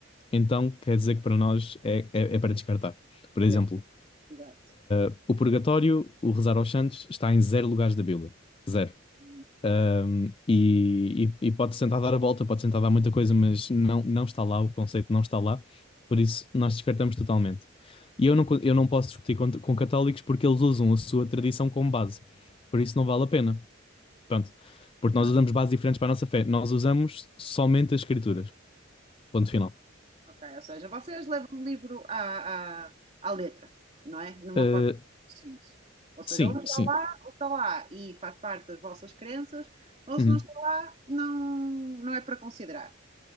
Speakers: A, on the left; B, on the right.
A: então quer dizer que para nós é, é, é para descartar. Por
B: Exemplo,
A: exemplo,
B: exato.
A: uh, o purgatório, o rezar aos santos, está em zero lugares da Bíblia. Zero.
B: Hum,
A: Um, e, e, e pode tentar dar a volta, pode tentar dar muita coisa, mas não, não está lá, o conceito não está lá, por isso nós descartamos totalmente. E eu não, co- eu não posso discutir com, com católicos porque eles usam a sua tradição como base, por isso não vale a pena. Pronto, porque
B: tá.
A: nós usamos bases diferentes para a nossa fé, nós usamos somente as escrituras. Ponto final.
B: Ok, ou seja, vocês levam o livro à, à, à letra, não é? Numa
A: Uh,
B: forma simples. Ou seja,
A: sim,
B: ou está
A: sim.
B: lá, ou está lá e faz parte das vossas crenças, ou
A: Uhum.
B: se não está lá, não, não é para considerar.